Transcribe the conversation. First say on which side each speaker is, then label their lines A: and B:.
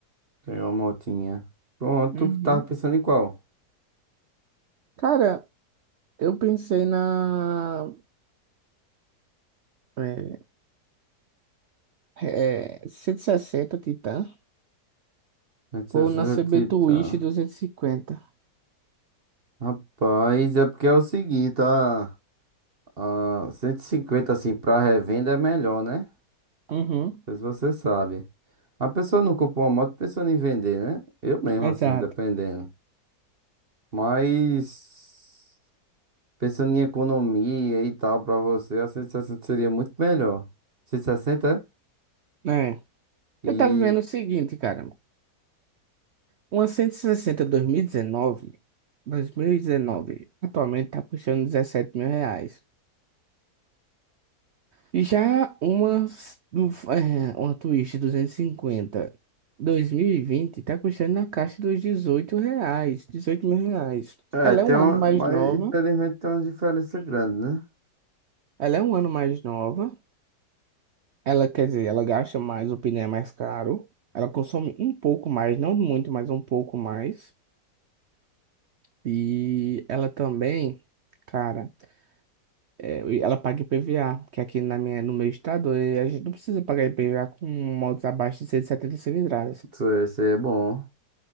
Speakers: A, on the right (about 40°); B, on the right (about 80°).
A: tem uma motinha. Pronto,
B: Uhum.
A: tu que tava pensando em qual?
B: Cara, eu pensei na é, é, 160 Titan
A: 760,
B: ou na CB Twist 250.
A: Rapaz, é porque é o seguinte, a, a 150 assim pra revenda é melhor, né?
B: Uhum.
A: Não sei se você sabe. A pessoa não comprou uma moto pensando em vender, né? Eu mesmo
B: Exato.
A: assim, dependendo. Mas pensando em economia e tal pra você, a 160 seria muito melhor. 160
B: É.
A: é?
B: Eu tava vendo
A: E
B: o seguinte, cara. Uma 160 2019, 2019, atualmente tá custando 17 mil reais. E Já uma, s- um, f- eh, uma Twist duzentos e cinquenta 2020 tá custando na caixa dos 18 reais, dezoito mil reais.
A: é,
B: Ela
A: tem
B: é um
A: uma,
B: ano mais
A: mas
B: nova,
A: infelizmente tem uma diferença grande, né?
B: ela é um ano mais nova, ela quer dizer, ela gasta mais, o pneu é mais caro, ela consome um pouco mais, não muito, mas um pouco mais. E ela também, cara, eh, ela paga IPVA, que aqui na minha, no meu estado eh, a gente não precisa pagar IPVA com motos abaixo de 170 cilindradas.
A: Isso é isso é bom.